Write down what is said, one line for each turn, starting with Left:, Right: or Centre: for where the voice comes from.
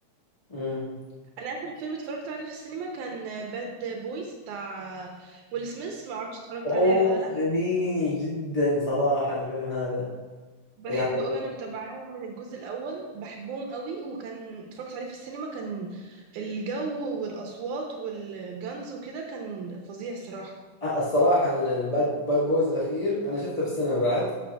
Left: امم
Right: انا اخر فيلم اتفرجت عليه في السينما كان باد بويز بتاع ويل سميث ما اعرفش اتفرجت
Left: اوه
Right: عليه ولا لا
Left: جميل جدا صراحة الفيلم هذا
Right: بحبه
Left: يعني
Right: قوي انا متابعاهم من الجزء الاول بحبهم قوي وكان اتفرجت عليه في السينما كان الجو والاصوات والجانز وكده كان فظيع الصراحه
Left: الصراحة الباد باد بويز الأخير أنا شفته في السينما بعد